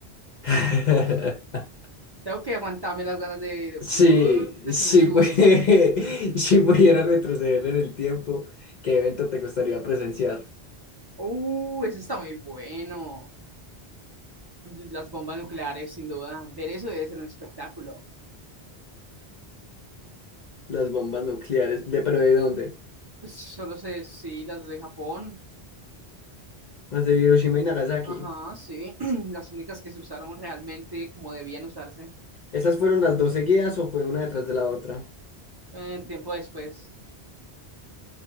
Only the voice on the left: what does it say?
<laughs>
Sí,
sí,
pues, <laughs> si pudiera retroceder en el tiempo, ¿qué evento te gustaría presenciar?
Las bombas nucleares, ¿de pero de dónde?
¿Las de Hiroshima y Nagasaki?
¿Esas fueron las dos seguidas o fue una detrás de la otra?